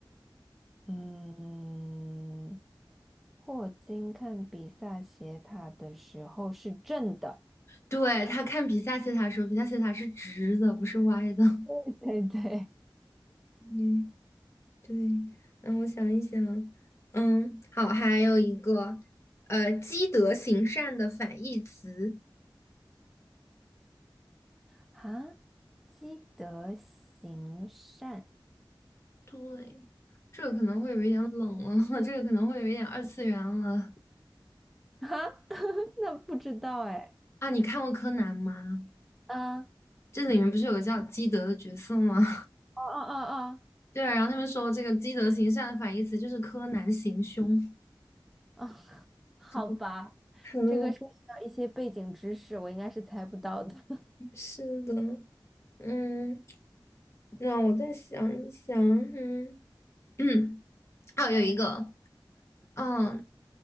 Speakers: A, in the centre; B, on the left.
A: 嗯，霍金看比萨斜塔的时候是正的。
B: 对，他看比萨斜塔的时候，比萨斜塔是直的，不是歪的。<laughs>
A: <laughs> 对对。
B: 嗯对，嗯，我想一想，嗯，好，还有一个，呃，积德行善的反义词，
A: 啊，积德行善
B: 对，这个可能会有一点冷了，<laughs> 这个可能会有一点二次元了
A: 哈？<laughs> 那不知道哎。
B: 啊。你看过柯南吗？
A: 嗯，哦
B: 这里面不是有个叫基德的角色吗？
A: 哦哦
B: <laughs> 对啊，然后他们说这个积德行善的反义词就是柯南行凶，
A: 哦哦，好吧，
B: 真的 <laughs> 很冷。
A: 这个涉及到一些背景知识，我应该是猜不到的。
B: 是的，嗯，那我再想一想，嗯嗯，还有有一个。嗯，